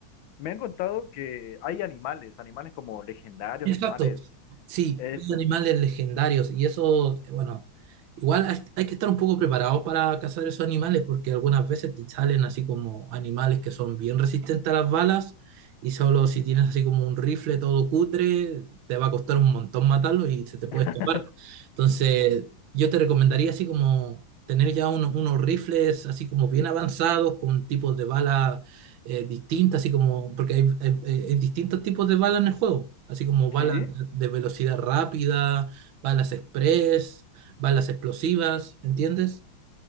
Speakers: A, on the left; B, on the right.
A: Me han contado que hay animales, animales como legendarios,
B: Exacto.
A: animales,
B: Sí,
A: eso.
B: hay animales legendarios y eso, eh, bueno, igual hay, hay que estar un poco preparados para cazar esos animales porque algunas veces te salen así como animales que son bien resistentes a las balas y solo si tienes así como un rifle todo cutre, te va a costar un montón matarlo y se te puede
A: <laughs>
B: escapar. Entonces, yo te recomendaría así como tener ya uno- unos rifles así como bien avanzados con tipos de balas eh, distintas, así como, porque hay, hay- eh, hay distintos tipos de balas en el juego, así como balas
A: Sí,
B: de velocidad rápida, balas express, balas explosivas, ¿entiendes?